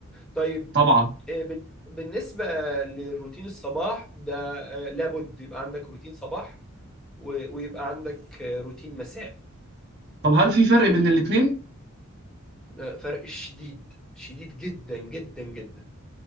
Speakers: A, in the centre; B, on the right.
A: طيب
B: طبعا
A: آه، بال- بالنسبه للروتين الصباح ده آه، لابد يبقى عندك روتين صباح و- ويبقى عندك آه، روتين مساء
B: طب هل في فرق بين الاتنين؟
A: آه، فرق شديد شديد جدا جدا جدا